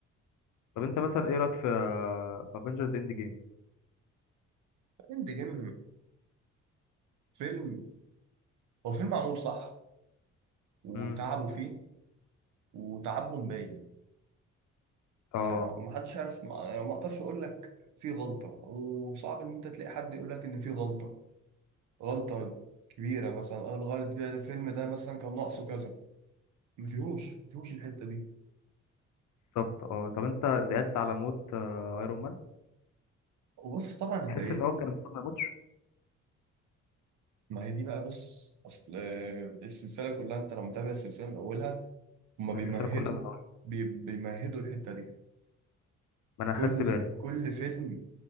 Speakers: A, on the left; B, on the right.
A: طب انت مثلا ايه رايك في في افنجرز اند جيم
B: اند جيم فيلم هو فيلم معمول صح وتعبوا
A: امم
B: فيه وتعبهم باين
A: اه
B: يعني ما حدش عارف ما يعني ما اقدرش اقول لك في غلطة وصعب ان انت تلاقي حد يقول لك ان في غلطة غلطة كبيرة مثلا اه الغلط ده, ده الفيلم ده مثلا كان ناقصه كذا ما فيهوش ما فيهوش الحتة دي
A: بالظبط اه طب انت زعلت على موت آه، ايرون مان
B: وبص طبعا اتضايقت
A: تحس ان هو كان المفروض ما يموتش
B: ما هي دي بقى بص اصل آه، السلسلة كلها انت لو متابع السلسلة من اولها هما
A: من
B: بيمهدوا
A: السلسله كلها من اول
B: بي بيمهدوا الحتة دي
A: ما انا
B: كل
A: خدت بالي
B: كل فيلم